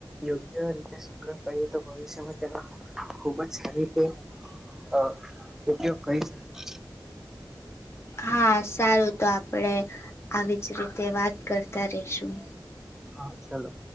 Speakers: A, in the centre; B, on the left (about 35°).
A: યોગ્ય રીતે સંગ્રહ કરીએ તો ભવિષ્યમાં તેનો ખૂબ જ સારી રીતે અ ઉપયોગ કરી શકે છે
B: હા સારું તો આપડે આવીજ રીતે વાત કરતા રશું
A: હા ચાલો